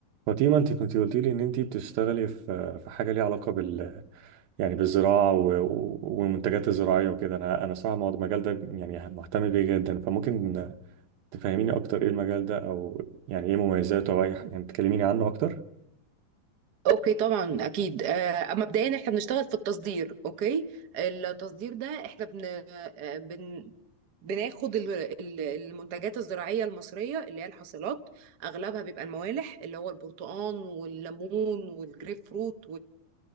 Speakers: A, on the right; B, on the right.
A: فاطمة انت كنت قلت لي ان انت بتشتغلي في في حاجة ليها علاقة بال يعني بالزراعة و- و- والمنتجات الزراعية وكده انا انا صراحة الموضوع- المجال ده يعني مهتم بيه جدا فممكن تفهميني اكتر ايه المجال ده او يعني ايه مميزاته او اي ح- يعني تكلميني عنه اكتر
B: اوكي طبعا اكيد آه، اما مبدئيا احنا بنشتغل في التصدير اوكي التصدير ده احنا بن... آه، بن... بناخد ال- ال- المنتجات الزراعيه المصريه اللي هي الحاصلات اغلبها بيبقى الموالح اللي هو البرتقال والليمون والجريب فروت